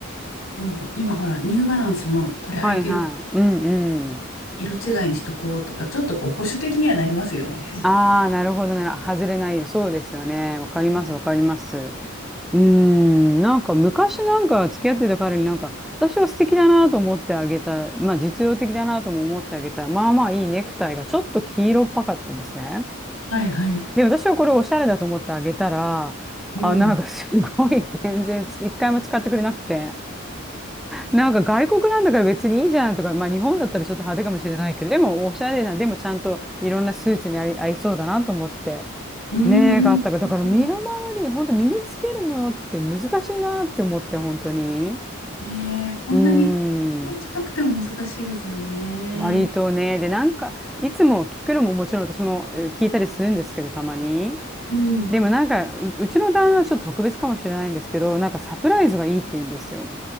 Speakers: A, on the left (about 90°); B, in the centre.
A: もう今ほら、ニューバランスのこれ履いてる
B: はいはい。うんうん。
A: 色違いにしとこうとか、ちょっとこう保守的にはなりますよね。
B: ああ、なるほどな。外れないよ。そうですよね。わかります、
A: うん
B: わかります。うーん。なんか昔なんか付き合ってた彼になんか、私は素敵だなと思ってあげた。まあ実用的だなとも思ってあげた。まあまあいいネクタイがちょっと黄色っぽかったんですね。
A: はいはい。
B: で、私はこれおしゃれだと思ってあげたら、
A: うん。
B: あ、なんかすごい全然つ一回も使ってくれなくて。なんか外国なんだから別にいいじゃんとか、まあ日本だったらちょっと派手かもしれないけど、でもおしゃれな、でもちゃんといろんなスーツに合い、合いそうだなと思って、
A: うんうんうん。
B: ねえ、があったから、だから身の回り、本当身につけるものって難しいなって思って、本当に。
A: ねえ、こんなに近くても難しいですよね。
B: うーん。割とね、で、なんか、いつも聞くのももちろん私もえー聞いたりするんですけど、たまに。
A: うん。
B: でもなんか、う、うちの旦那はちょっと特別かもしれないんですけど、なんかサプライズがいいって言うんですよ。